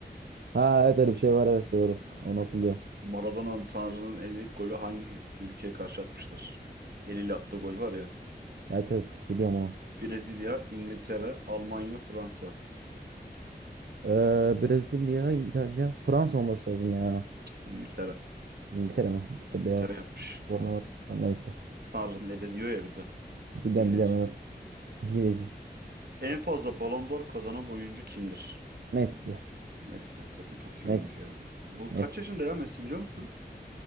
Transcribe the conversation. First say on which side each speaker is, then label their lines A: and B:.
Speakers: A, on the right; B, on the right.
A: Ha evet öyle bir şey var evet doğru.
B: Ha.
A: Onu hatırlıyorum.
B: Maradona'nın Tanrı'nın eli golü hangi ülkeye karşı atmıştır? Eliyle attığı gol var ya.
A: Evet evet biliyorum onu.
B: Brezilya, İngiltere, Almanya, Fransa.
A: Ee, Brezilya, İtalya, Fransa olması lazım ya.
B: İngiltere.
A: İngiltere mi? İkisi
B: İngiltere
A: de beyaz
B: yapmış.
A: formalar.
B: Ha,
A: Tamam, neyse.
B: Tanrı'nın eli diyor ya bir de.
A: Biliyorum
B: Hileci.
A: biliyorum evet. Hileci.
B: En fazla Ballon d'Or kazanan oyuncu kimdir?
A: Messi.
B: Messi. Zaten çok iyi
A: Messi.
B: oyuncu ya. Bu
A: Messi.
B: kaç yaşında ya Messi biliyor musun?